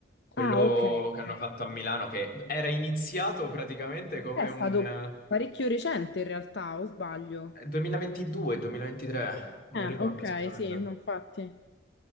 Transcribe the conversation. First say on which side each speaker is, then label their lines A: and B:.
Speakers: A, on the left (about 50°); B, on the left (about 75°).
A: Quello
B: Ah, ok. ok.
A: che hanno fatto a Milano, che era iniziato praticamente come
B: È stato
A: un
B: parecchio recente in realtà, o sbaglio?
A: eh, 2022-2023, non
B: Eh,
A: ricordo
B: ok,
A: esattamente.
B: sì, no, infatti.